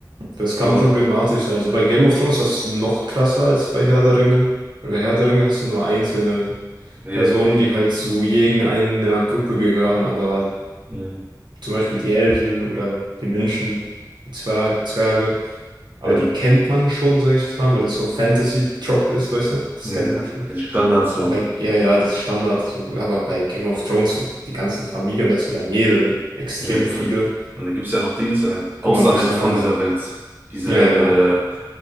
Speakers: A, on the right (about 80°); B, on the right (about 25°).
A: das kann
B: Aber
A: problematisch sein. Also bei Game of Thrones ist das noch krasser als bei Herr der Ringe. Bei Herr der Ringe hast du nur einzelne
B: äh,
A: Personen, die halt zu irgendeiner Gruppe gehören, aber
B: äh,
A: zum Beispiel die Elfen oder die Menschen, die Zwer Zwerge, aber
B: äh,
A: die kennt man schon, sage ich jetzt mal, weil das so Fantasy-Trop ist, weißt du? Das
B: äh,
A: kennt man schon.
B: diese Standards so.
A: Aber ja, ja, das ist Standard. So. Aber bei Game of Thrones, so die ganzen Familien, und das sind ja mehrere, extrem
B: Äh,
A: viele,
B: und da gibt es ja noch Dings äh, außerhalb
A: kommt man durcheinander.
B: von dieser Welt. Diese,
A: Ja, ja.
B: äh,